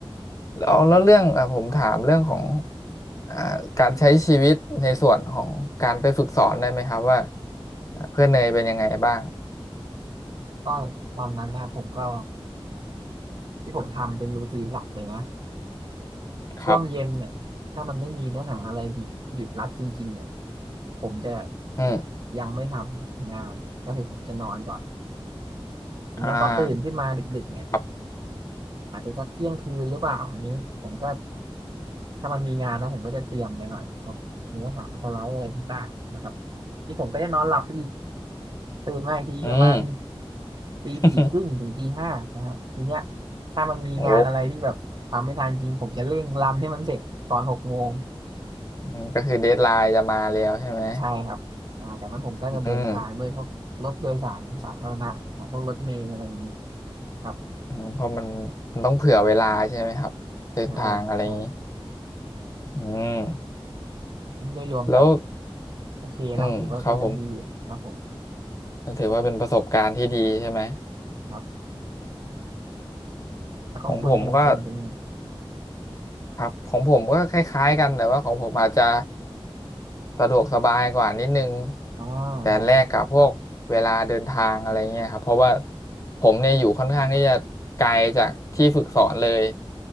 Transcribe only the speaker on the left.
แล้วแล้วเรื่องอ่ะผมถามเรื่องของอ่าการใช้ชีวิตในส่วนของการไปฝึกสอนได้ไหมครับว่าอ่ะเพื่อนเนยเป็นยังไงบ้าง
ครับ
อืม
อ่าครับ
อืม
<laughs>
โอ้อืมก็คือเดดไลน์จะมาแล้วใช่ไหม
อืม
อืมเพราะมันมันต้องเผื่อเวลาใช่ไหมครับเดินทางอะไรอย่างนี้
อืม
แล้ว
อืมครับผมถือว่าเป็นประสบการณ์ที่ดีใช่ไหม
ของผมก็ครับของผมก็คล้ายๆกันแต่ว่าของผมอาจจะ สะดวกสบายกว่านิดนึง
แต่แลกกับพวกเวลาเดินทางอะไรเงี้ยครับเพราะว่า
ผมเนี่ยอยู่ค่อนข้างที่จะไกลจากที่ฝึกสอนเลย